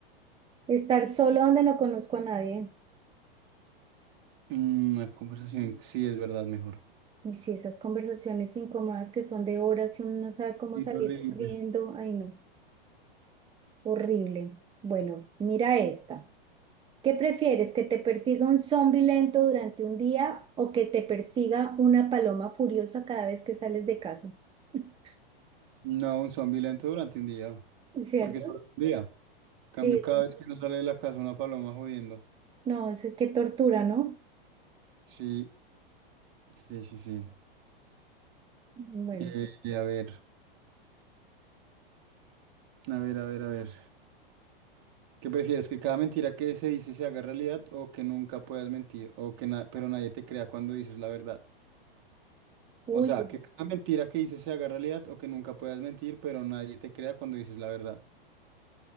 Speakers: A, on the right (about 15°); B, on the right (about 40°).
A: Estar solo donde no conozco a nadie.
B: Mm, Una conversación, sí, es verdad, mejor.
A: Uy, sí, esas conversaciones incómodas que son de horas y uno no sabe cómo
B: Sí,
A: salir
B: horrible.
A: corriendo. Ay, no, horrible. Bueno, mira esta. ¿Qué prefieres, que te persiga un zombi lento durante un día o que te persiga una paloma furiosa cada vez que sales de casa? <laughs>
B: No, un zombie lento durante un día.
A: ¿Cierto?
B: Porque solo un día. Cambio
A: Sí, eso.
B: cada vez que no sale de la casa una paloma jodiendo.
A: No, eso qué tortura, ¿no?
B: Sí, sí, sí, sí.
A: Bueno.
B: Eh, y a ver, a ver, a ver, a ver. ¿Qué prefieres? ¿Que cada mentira que se dice se haga realidad o que nunca puedas mentir o que na- pero nadie te crea cuando dices la verdad?
A: Uy,
B: O sea, que cada mentira que dices se haga realidad o que nunca puedas mentir, pero nadie te crea cuando dices la verdad.